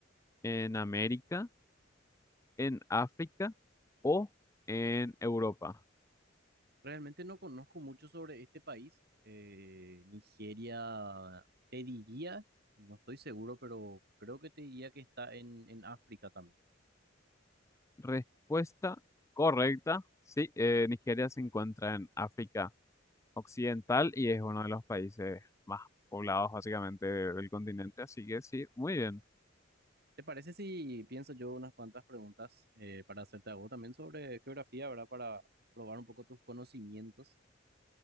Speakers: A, on the left; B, on the right.
A: ¿En América? ¿En África? ¿O en Europa?
B: Realmente no conozco mucho sobre este país. Eh, Nigeria, te diría, no estoy seguro, pero creo que te diría que está en, en África también.
A: Respuesta correcta. Sí, eh, Nigeria se encuentra en África Occidental y es uno de los países más poblados básicamente del continente, así que sí, muy bien.
B: ¿Te parece si pienso yo unas cuantas preguntas eh, para hacerte a vos también sobre geografía, ¿verdad? Para probar un poco tus conocimientos.